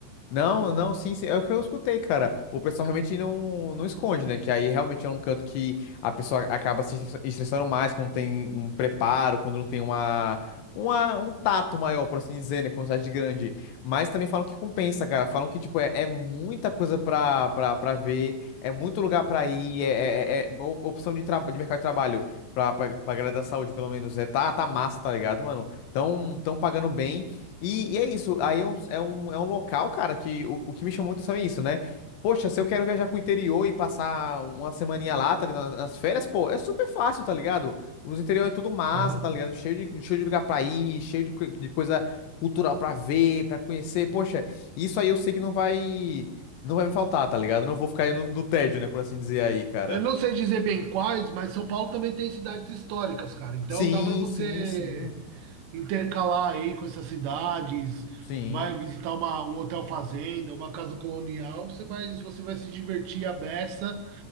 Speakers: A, on the left (about 80°); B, on the right (about 80°).
A: Não, não, sim, sim, é o que eu escutei, cara. O pessoal realmente não, não esconde, né? Que aí realmente é um canto que a pessoa acaba se estressa- estressando mais quando tem um preparo, quando não tem uma, uma, um tato maior, por assim dizer, né? Com cidade grande. Mas também falam que compensa, cara. Falam que, tipo, é, é muita coisa pra, pra, pra ver, é muito lugar pra ir, é, é- é- é o- opção de, traba- de mercado de trabalho pra, pra, pra galera da saúde, pelo menos. É, tá, tá massa, tá ligado, mano? Tão, tão pagando bem. E, e é isso, aí é um, é um, é um local, cara, que o, o que me chamou muito atenção é isso, né? Poxa, se eu quero viajar pro interior e passar uma semaninha lá, tá ligado? Nas férias, pô, é super fácil, tá ligado? Os interiores é tudo massa,
B: Aham.
A: tá ligado? Cheio de, cheio de lugar pra ir, cheio de, co- de coisa cultural pra ver, pra conhecer. Poxa, isso aí eu sei que não vai, não vai me faltar, tá ligado? Não vou ficar no, no tédio, né, por assim dizer aí, cara.
B: Eu não sei dizer bem quais, mas São Paulo também tem cidades históricas, cara. Então
A: Sim,
B: dá para você
A: sim, sim,
B: intercalar aí com essas cidades,
A: sim.
B: vai visitar uma, um hotel fazenda, uma casa colonial, você vai, você vai se divertir à beça